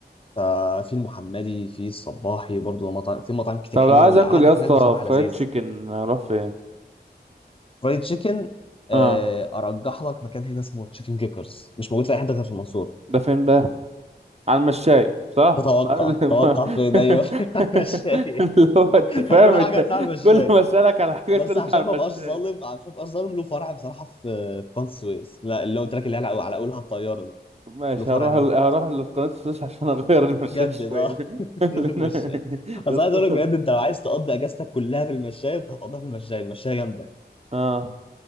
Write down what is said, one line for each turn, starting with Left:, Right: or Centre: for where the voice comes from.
Left: ففي المحمدي في الصباحي برضه مطاعم في مطاعم كتير
Right: طب
Left: حلوه
Right: لو عايز
Left: والقعده
Right: اكل يا اسطى
Left: هناك بصراحه
Right: فرايد
Left: لذيذ
Right: تشيكن اروح فين
Left: فرايد تشيكن آه،
Right: اه
Left: ارجح لك مكان هنا اسمه تشيكن كيكرز مش موجود في اي حته غير في المنصور
Right: ده فين بقى على المشاي صح
Left: تتوقع
Right: ما-
Left: توقع
Right: ما-
Left: فين
Right: <laughs>
Left: ايوه <laughs> مشاية
Right: اللي هو انت فاهم
Left: كل
Right: انت
Left: حاجه هتلاقي على المشاية
Right: كل ما اسالك على حاجه
Left: بس
Right: تقول لي
Left: عشان
Right: على المشاي
Left: ما بقاش ظالم عشان ما بقاش ظالم له فرع بصراحه في في قناة السويس لا اللي قلت لك اللي هي على على اولها الطياره دي
Right: ماشي
Left: له فرع
Right: هروح
Left: كمان
Right: ال-
Left: في-
Right: هروح اللي في قناه السويس عشان اغير المشاي
Left: جدد
Right: شويه
Left: اه <laughs> غير المشاية
Right: <laughs>
Left: بس
Right: يا اسطى
Left: عايز اقول لك بجد انت لو عايز تقضي اجازتك كلها في المشاية انت هتقضيها في المشاية المشاية جامده
Right: اه